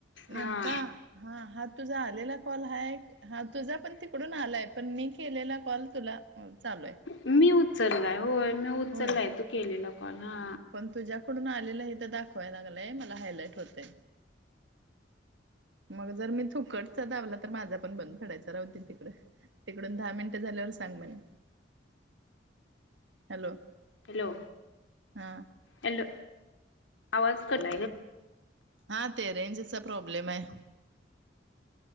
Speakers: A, on the right (about 70°); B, on the left (about 80°).
A: नेमका
B: हा
A: हा हा तुझा आलेला कॉल हाय हा तुझा पण तिकडून आलाय, पण मी केलेला कॉल तुला चालू आहे.
B: मी उचललाय होय मी उचललाय
A: होय
B: तू केलेला कॉल हा.
A: तुझ्याकडून आलेलं हे त दाखवाय लागलंय मला हायलाईट होतेय. मग जर मी थुकटचा दाबला तर माझा पण बंद पडायचा राहूं दे तिकडं. तिकडून दहा मिनिट झाल्यावर सांग म्हने हॅलो!
B: हॅलो
A: हा
B: ऍलो आवाज कट
A: हा ते रेंजचा प्रॉब्लेम आहे ते